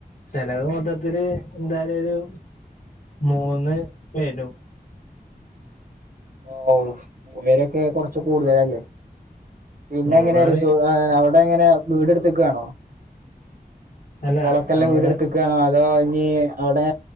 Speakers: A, on the left; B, on the right.
A: ചെലവ് മൊത്തത്തില് എന്തായാലും ഒരു മൂന്ന് വെരും.
B: ഓഹ് ഉയരൊക്കെ കൊറച്ച് കൂടുതലല്ലേ? പിന്നെ
A: മൂന്ന്
B: എങ്ങനെ
A: പറ
B: റിസോ ഏഹ് അവട് <unintelligible> എങ്ങെനെ വീടെട്ത്ത്ക്കാണോ?
A: അല്ല
B: <unintelligible>
A: നമ്മടെ
B: വീടെട് ക്കാണോ അതോ ഇനി അവിടെ